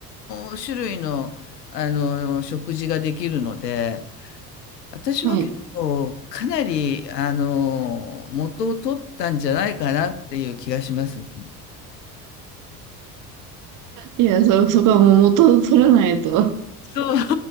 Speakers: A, on the left; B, on the right.
A: の、種類の、あの、食事ができるので、私は結構、
B: はい。
A: かなり、あの、元を取ったんじゃないかなっていう気がします。
B: いや、そ、そこはもう元を取らないと。
A: そう。